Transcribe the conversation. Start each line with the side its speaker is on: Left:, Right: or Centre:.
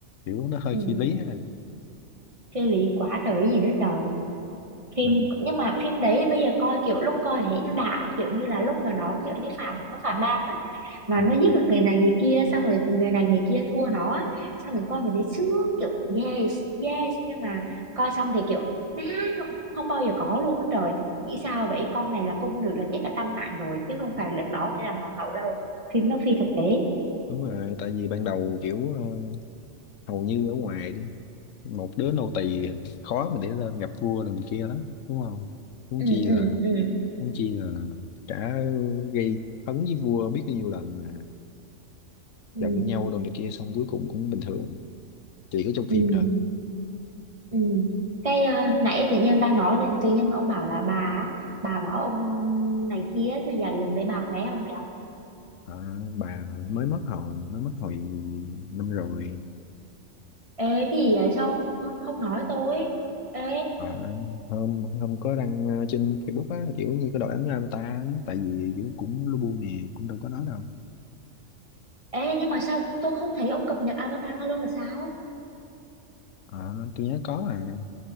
Left: kiểu nó hơi
Right: ừ
Left: phi lý ha
Right: phê lý quá trời gì nữa trời phim
Left: ừ.
Right: nhưng mà phim đấy bây giờ coi kiểu lúc coi thì thấy nó đã kiểu như là lúc mà nó kiểu như phản nó phản đam á mà
Left: Ừ.
Right: nó giết được người này người kia xong rồi người này người kia thua nó á. xong mình coi mình thấy sướng kiểu yes yes nhưng mà coi xong thì kiểu má không, không bao giờ có luôn á trời nghĩ sao vậy con này là cung nữ là chết cả trăm mạng rồi chứ không phải lần đó mới làm hoàng hậu đâu phim nó phi thực tế
Left: đúng rồi tại vì ban đầu kiểu ờ, hầu như ở ngoài đi một đứa nô tỳ <laughs> khó mà để lên gặp vua rồi này kia lắm đúng không huống
Right: ừ
Left: chi
Right: ừ
Left: là
Right: ừ
Left: huống chi là cả gây hấn với vua biết bao nhiêu lần mà
Right: ừ
Left: giận nhau rồi này kia xong cuối cùng cũng bình thường chỉ có trong
Right: ừ
Left: phim thôi
Right: Ừ. Cái ờ, nãy tự nhiên đang nói thì tự nhiên ông bảo là bà á, bà bảo ông này kia thì giờ gần đây bà khỏe không vậy?
Left: Ờ, bà mới mất hồi mới mất hồi năm rồi
Right: Ê cái gì vậy sao ông không không, không nói tôi? Ê
Left: Ờ, hôm hôm có đăng ờ, trên Facebook á kiểu như có đội ảnh ra người ta á. tại vì kiểu cũng lu bu nè cũng đâu có nói đâu
Right: ê nhưng mà sao tôi không thấy ông cập nhật avatar luôn là sao?
Left: Ờ, tôi nhớ có mà